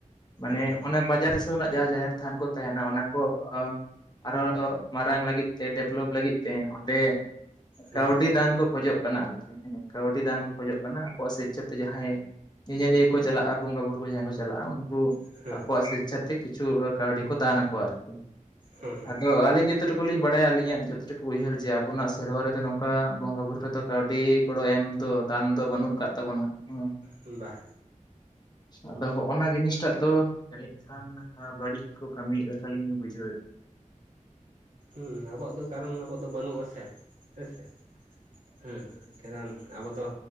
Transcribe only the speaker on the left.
ᱢᱟᱱᱮ
ᱚᱱᱟ ᱵᱟᱡᱟᱨ ᱨᱮᱱᱟᱜ ᱡᱟᱦᱟᱸ ᱡᱟᱦᱮᱨ ᱛᱷᱟᱱ ᱠᱚ ᱛᱟᱦᱮᱸᱱᱟ ᱚᱱᱟ ᱠᱚ ᱚᱸ ᱟᱨᱚ ᱢᱟᱨᱟᱝ ᱞᱟᱹᱜᱤᱫ ᱥᱮ ᱰᱮᱵᱷᱞᱚᱯ ᱞᱟᱹᱜᱤᱫ ᱛᱮ ᱚᱸᱰᱮ
ᱠᱟᱹᱣᱰᱤ ᱫᱟᱱ ᱠᱚ ᱠᱷᱚᱡᱚᱜ ᱠᱟᱱᱟ ᱟᱨᱠᱤ ᱦᱮᱸ ᱠᱟᱹᱣᱰᱤ ᱫᱟᱱ ᱠᱚ ᱠᱷᱚᱡᱚᱜ ᱠᱟᱱᱟ᱾ ᱟᱠᱚᱣᱟᱜ ᱥᱮᱪᱪᱷᱟ ᱛᱮ ᱡᱟᱦᱟᱸᱭ ᱧᱮᱧᱮᱞᱤᱭᱟᱹ ᱠᱚ ᱪᱟᱞᱟᱜᱼᱟ ᱵᱚᱸᱜᱟ ᱵᱩᱨᱩ ᱠᱚ ᱡᱟᱦᱟᱸᱭ ᱠᱚ ᱪᱟᱞᱟᱜᱼᱟ ᱩᱱᱠᱩ
ᱟᱠᱚᱣᱟᱜ, ᱪᱷᱟᱛᱤᱜ ᱠᱤᱪᱷᱩ ᱠᱟᱹᱣᱰᱤ ᱠᱚ ᱫᱟᱱ ᱠᱚ ᱟᱠᱚᱣᱟ ᱟᱨᱠᱤ᱾
ᱟᱫᱚ ᱟᱹᱞᱤᱧ ᱡᱚᱛᱚ ᱴᱩᱠᱩᱞᱤᱧ ᱵᱟᱲᱟᱭᱟ ᱟᱹᱞᱤᱧᱟᱜ ᱡᱚᱛᱚ ᱴᱩᱠᱩ ᱞᱤᱧ ᱵᱟᱰᱟᱭᱟ ᱟᱹᱞᱤᱧᱟ ᱡᱚᱛᱚ ᱴᱩᱜ ᱩᱭᱦᱟᱹᱨ ᱡᱮ ᱟᱵᱚᱱᱟᱜ ᱥᱮᱨᱣᱟ ᱨᱮᱫᱚ ᱱᱚᱝᱠᱟ ᱵᱚᱸᱜᱟ ᱵᱩᱨᱩ ᱨᱮᱫᱚ ᱠᱟᱹᱣᱰᱤ ᱜᱚᱲᱚ ᱮᱢ ᱫᱚ ᱫᱟᱱ ᱫᱚ ᱵᱟᱹᱱᱩᱜ ᱟᱠᱟᱫ ᱛᱟᱵᱚᱱᱟ᱾ ᱚᱸ
ᱟᱫᱚ ᱦᱚᱸᱜ-ᱚᱭ ᱱᱚᱣᱟ ᱡᱤᱱᱤᱥᱴᱟᱜ ᱫᱚ, ᱡᱟᱹᱱᱤᱜ ᱠᱷᱟᱱ ᱟᱸ ᱵᱟᱹᱲᱤᱜ ᱠᱚ ᱠᱟᱹᱢᱤᱭᱮᱜ ᱞᱮᱠᱟᱞᱤᱧ ᱵᱩᱡᱷᱟᱹᱣᱮᱜ᱾